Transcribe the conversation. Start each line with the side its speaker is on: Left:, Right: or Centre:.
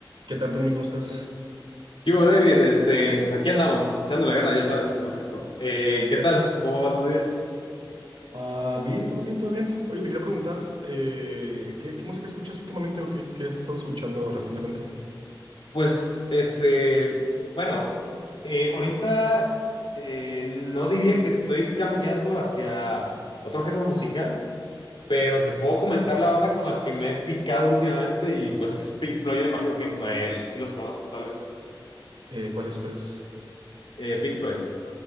Right: ¿Qué tal, Tony? ¿Cómo estás?
Left: ¿Qué hubo, David? Este, pues aquí andamos, echándole ganas, ya sabes cómo es esto. Eh, ¿qué tal? ¿Cómo va tu día?
Right: Ah, bien, todo bien, todo bien. Oye, te quería preguntar, eh, ¿qué, qué música escuchas últimamente o qué, qué has estado escuchando recientemente?
Left: Pues, este, bueno, eh, ahorita eh, no diría que estoy cambiando hacia otro género musical, pero te puedo comentar la banda con la que me he picado últimamente y pues Pink Floyd, yo imagino que para él sí los conoces tal vez.
Right: Eh, ¿cuál es, cuál es?
Left: Eh, Pink Floyd,